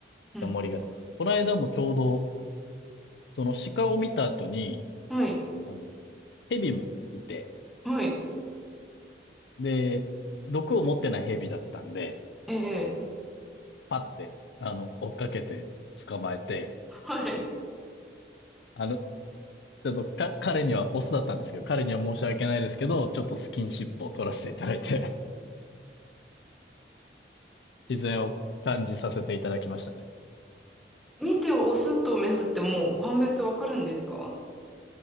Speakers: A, in the centre; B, on the left.
A: うん
B: 森が好き。この間もちょうど、その鹿を見た後に、
A: うん。はい。
B: あの、蛇もいて、
A: はい。
B: で、毒を持ってない蛇だったんで、
A: ええ。
B: パって、あの、追っかけて捕まえて、
A: はい。
B: あの、ちょっとか、彼にはオスだったんですけど、彼には申し訳ないですけど、ちょっとスキンシップを取らせていただいて、自然を感じさせていただきましたね。
A: 見てオスとメスってもう判別わかるんですか